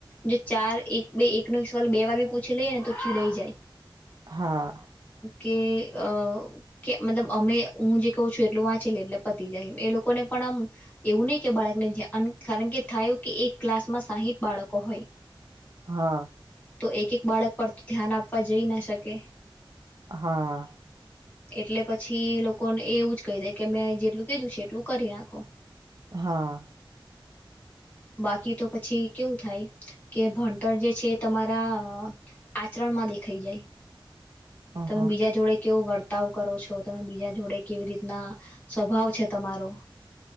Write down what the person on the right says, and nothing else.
હા.
હા.
હા.
હા.
અહ